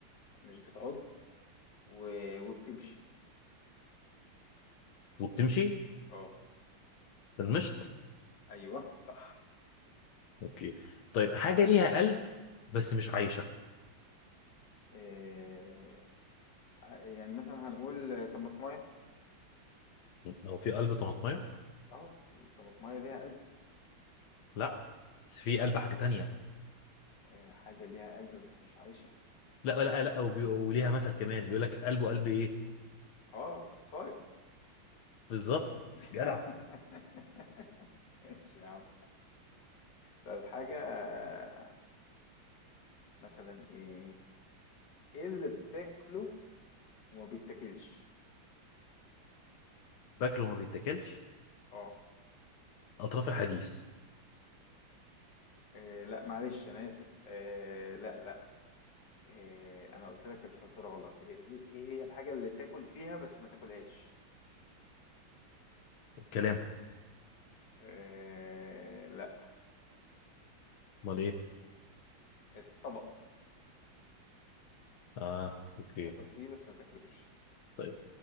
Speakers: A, on the left; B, on the left.
A: مش بتعض و... وبتمشي
B: وبتمشي
A: اه
B: في المشط
A: أيوه صح
B: اوكي طيب حاجة ليها قلب بس مش عايشة
A: آه، يعني مثلا هنقول طماطماية
B: لو في قلب طماطمية
A: اه الطماطماية ليها قلب
B: لا بس في قلب حاجة تانية
A: آه، حاجة ليها قلب بس مش عايشة
B: لا لا لا وبي- وليها مثل كمان بيقول لك قلبه قلب ايه
A: اه خصاية
B: بالظبط
A: <laughs>
B: جدع
A: ماشي يا عم طيب حاجة آه، مثلا ايه ايه اللي بتاكله وما بيتاكلش
B: باكله ما بيتاكلش
A: اه
B: اطراف الحديث
A: آه، لا معلش انا اسف آه لا لا آه انا قلت لك الفزوره غلط ايه ايه إيه هي الحاجه اللي تاكل فيها بس ما تاكلهاش
B: الكلام
A: آه لا
B: امال ايه
A: الطبق
B: اه اوكي
A: تاكل فيه بس ما تاكلوش
B: طيب